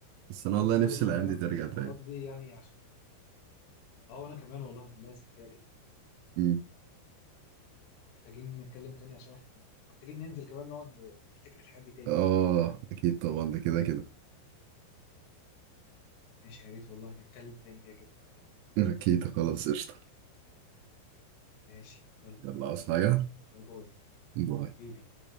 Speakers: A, on the right (about 80°); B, on the left (about 80°).
A: بس انا
B: لا
A: والله
B: بس انا
A: نفسي
B: لازم
A: الايام
B: اكلمك
A: دي ترجع
B: تاني في الحوارات
A: تاني
B: دي يعني عشان اه وانا كمان والله ده لازم كده كده
A: امم
B: محتاجين نتكلم تاني عشان احنا محتاجين ننزل كمان نقعد نفتكر الحاجات دي تاني
A: اه اكيد طبعا ده كده كده
B: ماشي يا ريت والله نتكلم تاني كده كده
A: اكيد خلاص قشطه
B: ماشي يلا
A: يلا عاوز حاجه
B: باي باي
A: باي
B: حبيبي